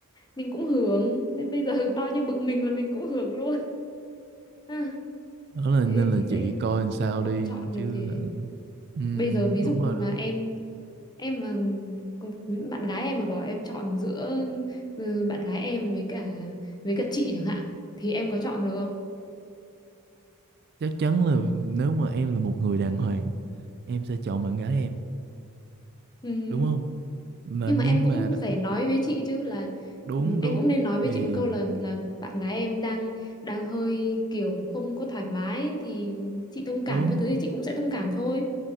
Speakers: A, on the left; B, on the right.
A: mình cũng hưởng nên bây giờ <laughs> bao nhiêu bực mình là mình cũng hưởng luôn à,
B: đó là
A: thế
B: nên
A: thì
B: là
A: chị
B: chị
A: sẽ
B: coi làm sao
A: không
B: đi
A: chọn
B: chứ
A: được gì ấy
B: hả? Ừm,
A: bây giờ ví
B: đúng
A: dụ
B: rồi
A: mà
B: đó
A: em em mà cùng- bạn gái em mà bảo em chọn giữa ừ, bạn gái em với cả với cả chị chẳng hạn thì em có chọn được không
B: chắc chắn là nếu mà em là một người đàng hoàng em sẽ chọn bạn gái em
A: ừ
B: đúng không mà
A: nhưng
B: nhưng
A: mà em cũng
B: mà đ-
A: phải nói với chị chứ là
B: đúng
A: ừ,
B: đúng
A: em cũng nên nói với
B: thì
A: chị một câu là là bạn gái em đang đang hơi kiểu không có thoải mái thì chị thông cảm
B: đúng
A: có thứ thì chị cũng sẽ thông cảm thôi